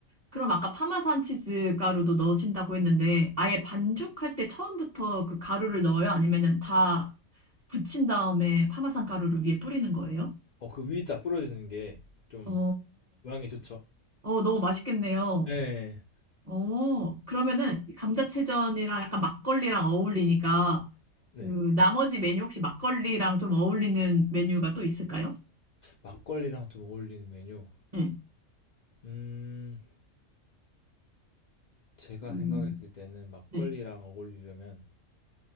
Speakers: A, on the right (about 40°); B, on the left (about 80°).
A: 그럼 아까 파마산 치즈 가루도 넣으신다고 했는데 아예 반죽할 때 처음부터 그 가루를 넣어요? 아니면은 다 굳힌 다음에 파마산 가루를 위에 뿌리는 거예요?
B: 어, 그 위에 딱 뿌려주는 게 좀
A: 어,
B: 모양이 좋죠.
A: 어, 너무 맛있겠네요.
B: 네,
A: 어, 그러면은 감자채전이랑 약간 막걸리랑 어울리니까
B: 네.
A: 그 나머지 메뉴 혹시 막걸리랑 좀 어울리는 메뉴가 또 있을까요?
B: 막걸리랑 좀 어울리는 메뉴.
A: 네.
B: 음, 제가
A: 음,
B: 생각했을 때는 막걸리랑
A: 네.
B: 어울리려면